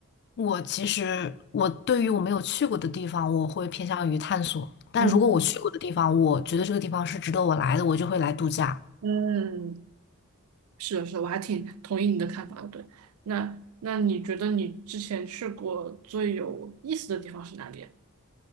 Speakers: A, on the left; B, on the right.
A: 我其实我对于我没有去过的地方，我会偏向于探索。但如果我去过的地方，
B: 嗯
A: 我觉得这个地方是值得我来的，我就会来度假。
B: 嗯，是的，是的，我还挺同意你的看法的。对，那那你觉得你之前去过最有意思的地方是哪里啊